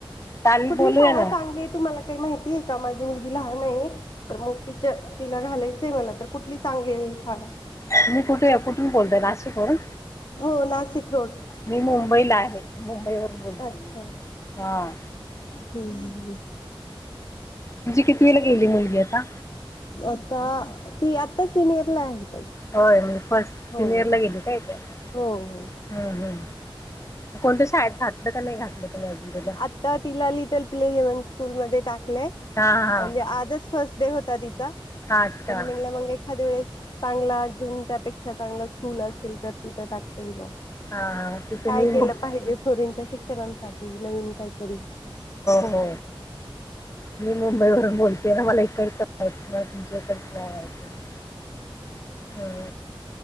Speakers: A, on the left (about 30°); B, on the left (about 50°).
A: चालेल
B: कुठली
A: बोलूया
B: शाळा
A: ना
B: चांगली आहे तुम्हाला काही माहिती आहे का माझी मुलगी लहान आहे तर मग ति तिला घालायचंय मला तर कुठली चांगली आहे शाळा
A: तुम्ही कुठून बोलताय नाशिक वरून
B: हो नाशिक रोड
A: मी मुंबईला आहे मुंबईवरून बोलते
B: अच्छा
A: मी हा
B: ह् <inaudible>
A: तुमची कितवीला गेली मुलगी का
B: आता ती आता सिनियरला आहे ताई
A: होय फर्स्ट
B: हो
A: सिनियरला गेली काय ते आता
B: हो हो
A: हम् कोणत्या शाळेत घातलं का नाही घातलं तुम्ही अजून तिला
B: आता तिला लिटल प्ले ह्युमन स्कूल मध्ये टाकलंय.
A: हा हा
B: म्हणजे आजच फर्स्ट डे होता तिचा
A: हा अच्छा
B: तर म्हणलं मग एखाद्या वेळेस चांगला अजून त्यापेक्षा चांगला स्कूल असेल तर तिथं टाकता येईल मग.
A: हा तिथे
B: काय
A: मी
B: केलं
A: हो
B: पाहिजे पोरींच्या शिक्ष शिक्षणा साठी नवीन काहीतरी.
A: हो मी मुंबई वरून बोलते ना मला इकडच माहिती आहे. तुमच्या इकडच नाय माहिती नाही. आहे